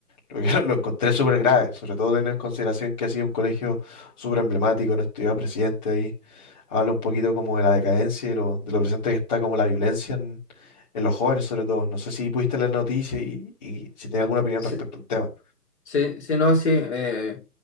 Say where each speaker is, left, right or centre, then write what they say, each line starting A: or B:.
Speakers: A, on the left (about 25°); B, on the left (about 45°).
A: lo, que- <laughs> lo encontré súper grave, sobre todo teniendo en consideración que ha sido un colegio súper emblemático, no estudiaba presidente ahí. Habla un poquito como de la decadencia y lo, de lo presente que está como la violencia en, en los jóvenes, sobre todo. No sé si pudiste leer la noticia y, y si tienes alguna opinión
B: Sí,
A: respecto al tema.
B: sí, sí, no, sí. eh,